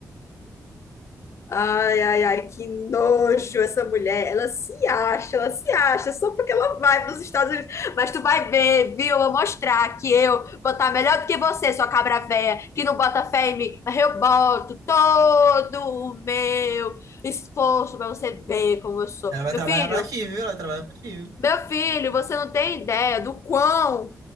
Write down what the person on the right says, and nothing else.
Ela vai
trabalhar
pra ti, viu? Ela trabalha pra ti, viu?